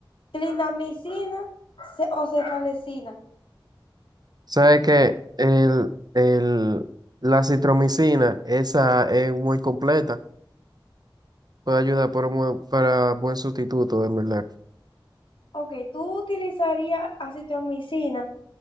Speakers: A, on the left (about 85°); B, on the right (about 50°).
A: clindamicina ce- o cefalecina.
B: Sabes que el, el, la citromicina, esa es muy completa, puede ayudar para, un para buen sustituto, en verdad.
A: Ok, tú utilizarías acitromicina.